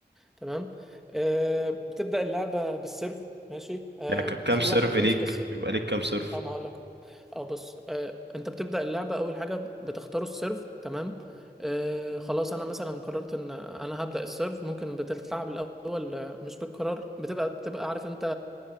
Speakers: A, in the centre; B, on the right.
A: تمام آه، بتبدأ اللعبة بالسيرف ماشي آه،
B: يعني ك- كام
A: في
B: سيرف
A: واحد
B: ليك
A: بيمسك
B: بيبقى ليك كام سيرف
A: اه ما هقول لك اه بص آه انت بتبدأ اللعبة اول حاجة بتختاروا السيرف تمام آه خلاص انا مثلا قررت ان انا هبدأ السيرف ممكن بتتلعب الاول آه، مش بالقرار بتبقى بتبقى عارف انت